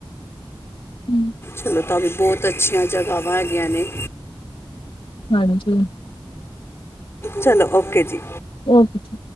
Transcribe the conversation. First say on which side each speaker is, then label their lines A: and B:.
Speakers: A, on the left; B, on the left.
A: ਹੂ।
B: ਚਲੋ ਤਾਂ ਵੀ ਬੋਤ ਅੱਛੀਆਂ ਜਗ੍ਹਾਵਾਂ ਹੈਗੀਆਂ ਨੇ।
A: ਹਾਂਜੀ।
B: ਚਲੋ ਓਕੇ ਜੀ।
A: ਓਕੇ।